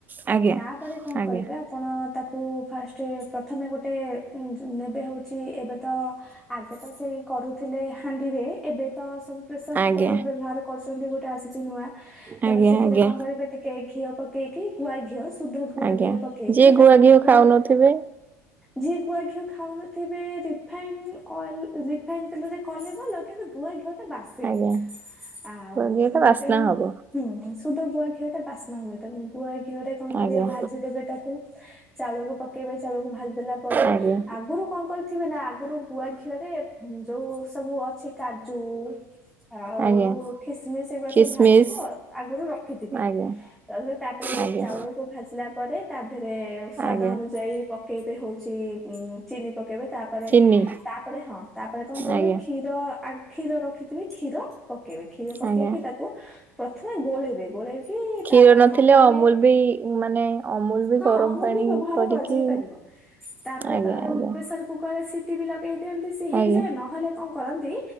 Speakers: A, on the right (about 20°); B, in the centre.
A: ଆଜ୍ଞା
B: ତାପରେ କଣ?
A: ଆଜ୍ଞା
B: କରିବେ ଆପ୍ ଆପଣ ତାକୁ ଫାଷ୍ଟେ ପ୍ରଥମେ ଗୋଟେ ନେବେ ହେଉଚି ଏବେ ତ ଆଗେ ତ ସେ କରୁଥିଲେ ହାଣ୍ଡିରେ ଏବେ ତ ସବୁ ପ୍ରେସର
A: ଆଜ୍ଞା
B: କୁକର ବ୍ୟବହାର କରୁଛନ୍ତି ଗୋଟେ ଆସିଛି ନୂଆ
A: ଆଜ୍ଞା
B: ତେଣୁ ସେଥିରେ
A: ଆଜ୍ଞା
B: କଣ କରିବେ ଟିକ୍ କେ ଘିଅ ପକେଇକି ଗୁଆ ଘିଅ ସୁଧ ଗୁଆ
A: ଆଜ୍ଞା
B: ଘିଅ ପକେଇକି
A: ଯିଏ ଗୁଆ
B: ତାକୁ
A: ଘିଅ
B: କଣ କରିବ
A: ଖାଉନଥିବେ
B: ଯିଏ ଗୁଆ ଘିଅ ଖାଉନଥିବେ ରିଫାଇନି ଅଏଲ ରିଫାଇନି ତେଲରେ କଲେ ଭଲ କିନ୍ତୁ ଗୁଆ ଘିଅ ଟା ବାସେ
A: ଆଜ୍ଞା
B: ଆଉ
A: ଗୁଆ ଘିଅ ଟା ବାସ୍ନା
B: ତେଣୁ
A: ହବ
B: ହୁଁ ସୁଧ ଗୁଆ ଘିଅଟା ବାସ୍ନା ହୁଏ ତା ଗୁଆ ଘିଅରେ କଣ କରିବେ
A: ଆଜ୍ଞା
B: ଭାଜି ଦେବେ ତାକୁ। ଚାଉଳକୁ ପକେଇବା ଚାଉଳକୁ ଭାଜି ଦେଲା ପରେ
A: ଆଜ୍ଞା
B: ଆଗରୁ କଣ କର ଥିବେ ନା ଆଗରୁ ଗୁଆ ଘିଅରେ ଯୋଉ ସବୁ ଅଛି କାଜୁ। ଆଉ
A: ଆଜ୍ଞା
B: ଖିସ୍ ମିସ୍ ଏଇଗୁଡା
A: ଖିସମିସ
B: ସବୁ ଭାଜିକି ଆଗରୁ ରଖିଥିବେ।
A: ଆଜ୍ଞା
B: ତାପରେ ତାପରେ ଏସେ
A: ଆଜ୍ଞା
B: ଚାଉଳକୁ ଭାଜିଲା ପରେ ତା ଦେହରେ ସ୍ଵାଦ
A: ଆଜ୍ଞା
B: ଅନୁଯାୟୀ ପକେଇବେ ହଉଚି ଚିନି ପକେଇବେ। ତାପରେ
A: ଚିନି
B: ତାପରେ ହଁ ତାପରେ କଣ କରିବେ
A: ଆଜ୍ଞା
B: କ୍ଷୀର। ଆ କ୍ଷୀର ରଖିଥିବେ କ୍ଷୀର ପକେଇବେ କ୍ଷୀର ପକେଇକି
A: ଆଜ୍ଞା
B: ତାକୁ ପ୍ରଥମେ ଗୋଳେଇବେ ଗୋଳେଇକି
A: କ୍ଷୀର
B: ତାପରେ
A: ନଥିଲେ
B: କଣ କରିବେ
A: ଅମୁଲ ବି ମାନେ ଅମୁଲ ବି
B: ହଁ
A: ଗରମ
B: ଅମୁଲ
A: ପାଣି
B: ବି ବ୍ୟବହାର
A: କରିକି।
B: କରାଯାଇ ପାରିବ। ତାପରେ
A: ଆଜ୍ଞା
B: ତ
A: ଆଜ୍ଞା
B: ପ୍ରେସର କୁକରରେ ସିଟି ବି ଲଗେଇ ଦିଅନ୍ତି ସିଏ ହେଇଯାଏ
A: ଆଜ୍ଞା
B: ନହେଲେ କଣ କରନ୍ତି?